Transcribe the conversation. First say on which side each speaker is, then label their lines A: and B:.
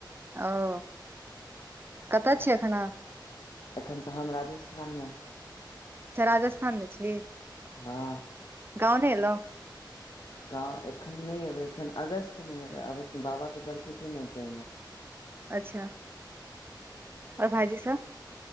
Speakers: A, on the right; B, on the left.
A: अओ कतऽ
B: हँ
A: छियै एखन अहाँ
B: एखन तऽ हम राजस्थान मे
A: अच्छा राजस्थान मे छी
B: हँ
A: गाँव नहि एलौं
B: गाँव एखन नहि एबै एखन अगस्त मे एबै अगस्त मे बाबा के बर्खी छै ने तैमे
A: अच्छा और भाइजी सब